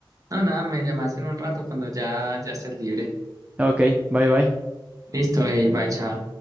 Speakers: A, on the right; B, on the right.
A: no, nada, me llamas en un rato cuando ya, ya estés libre.
B: Ok, bye bye.
A: Listo, ey, bye, chao.